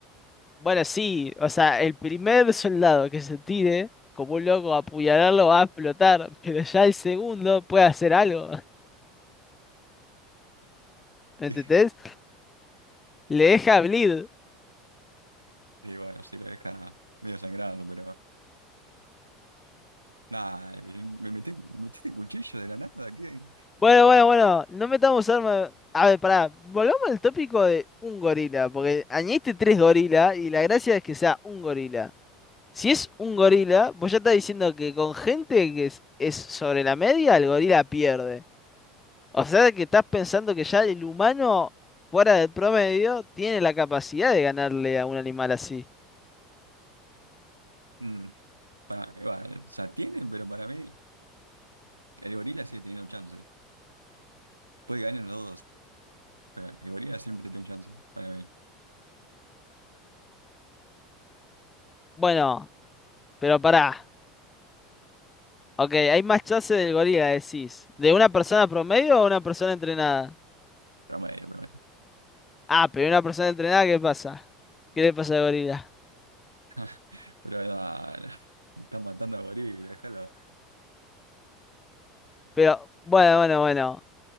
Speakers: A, on the left; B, on the right.
A: Bueno, sí, o sea, el primer soldado que se tire, como un loco a apuñalarlo, va a explotar, <laughs> pero ya el segundo puede hacer algo, <laughs> ¿me
B: <laughs>
A: entendés? Le deja bleed.
B: Y bueno, sí lo deja medio sangrando, pero nada, me metí- metiste cuchillo de la nada, ¿qué?
A: Bueno, bueno, bueno, no metamos armas. A ver, pará, volvamos al tópico de un gorila, porque añadiste tres gorilas y la gracia es que sea un gorila. Si es un gorila, vos ya estás diciendo que con gente que es, es sobre la media, el gorila pierde. O sea que estás pensando que ya el humano, fuera del promedio, tiene la capacidad de ganarle a un animal así.
B: Mm, para, igual, o sea, tienen, pero para mí el gorila sigue teniendo chance. Puede ganar los dos, pero el gorila siempre tiene chance, para mí.
A: Bueno, pero pará. Ok, hay más chance del gorila, decís. ¿De una persona promedio o una persona entrenada?
B: Promedio, promedio.
A: Ah, pero una persona entrenada, ¿qué pasa? ¿Qué le pasa al gorila?
B: <laughs> Pero nada, me están matando a gorila, déjalo.
A: Pero, bueno, bueno, bueno.